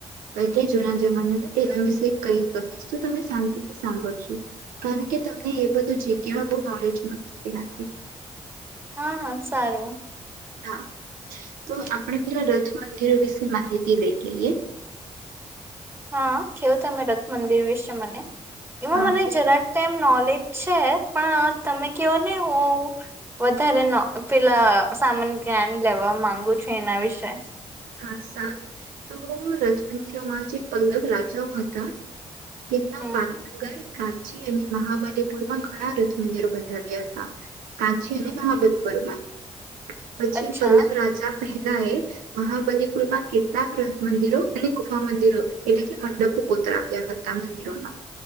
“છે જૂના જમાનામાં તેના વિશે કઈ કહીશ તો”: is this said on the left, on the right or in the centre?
Right